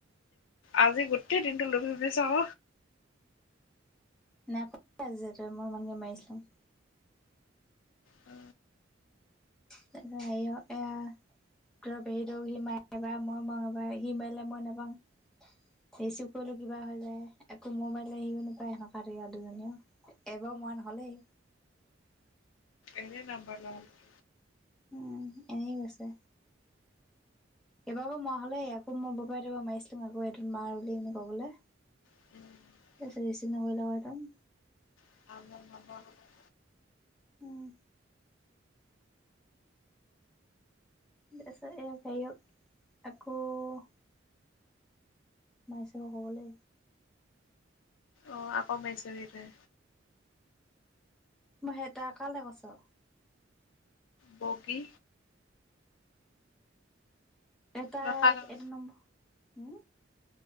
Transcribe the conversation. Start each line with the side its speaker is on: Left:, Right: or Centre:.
Left: আজি গোটেই দিনটো লুব লুবি চা ক।
Centre: নাই খোৱা যে তই, মই ইমানকে মাৰিছিলোঁ।
Left: উ।
Centre: তাৰপিছত হাৰি অ এয়া। তহঁতৰ পেহীদৌ সি মাৰে এবাৰ মই মৰো এবাৰ সি মাৰিলে মই নাপাং। ৰিচিভ কৰিলো কিবা হৈ যায় একো মই মাৰিলে সিও নাপাই সেনকা হৈ থাকে দুজনীয়। এবাৰ মৰা নহ'লেই।
Left: এনেই নাম্বাৰ লোৱা হ'ল।
Centre: উম এনে গৈছে। কেবাৰো মৰা হ'লে আকো মই বৰপাই ত পা মাৰিছিলোং আকৌ এইটোত মাৰ বুলি পিনি কবলে।
Left: <unintelligible>
Centre: তাৰপিছত ৰিচিভ নকৰিলে তাত-
Left: <unintelligible>
Centre: উম। তাৰপিছত এই হেৰিও আকৌ- বাইচাক কবলে।
Left: অ, আকৌ মাৰি চাবি তই।
Centre: মই সেই টা কালে কৈছো?
Left: বগি।
Centre: এটাই
Left: ন কাৰ নাম
Centre: এইটো নম্বৰ, হো।